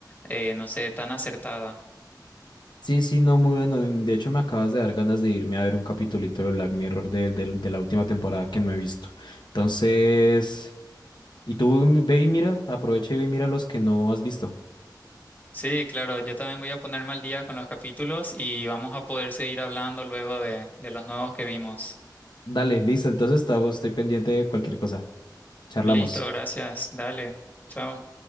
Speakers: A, on the left; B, on the left.
A: eh, no sé, tan acertada.
B: Sí, sí, no, muy bueno. De hecho, me acabas de dar ganas de irme a ver un capitulito de Black Mirror de, del- de la última temporada que no he visto. Entonces, y tú ve y mira, aprovecha y ve y mira los que no has visto.
A: Sí, claro, yo también voy a ponerme al día con los capítulos y vamos a poder seguir hablando luego de, de los nuevos que vimos.
B: Dale, listo. Entonces, estaba- estoy pendiente de cualquier cosa. Charlamos.
A: Listo, gracias, dale, chao.